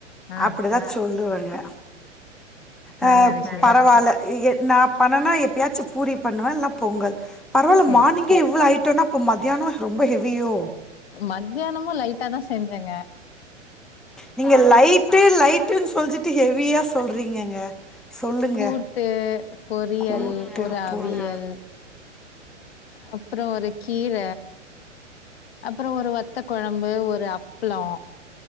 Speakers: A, on the left; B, in the centre.
A: ஆ
B: அப்படிதா சொல்லுவங்க ஆ
A: நல்ல விஷயங்க
B: பரவாயில்ல ஏ நா பண்ணனா எப்பயாச்சு பூரி பண்ணுவ இல்லனா பொங்கல் பரவாயில்ல
A: சேரி
B: மார்னிங்கே
A: சேரி
B: இவ்வளவு ஐட்டனா இப்போ மத்தியானம் ரொம்ப ஹெவியோ
A: மதியானமும் லைட்டா தா செஞ்சங்க
B: நீங்க லைட்டு லைட்டுன் சொல்லிட்டு ஹெவியா சொல்றீங்கங்க சொல்லுங்க
A: கூட்டு பொரியல்
B: கூட்டு
A: ஒரு
B: பொரி
A: அவியல் அப்புறம் ஒரு கீர அப்புறம் ஒரு வத்தகொழம்பு ஒரு அப்பளம்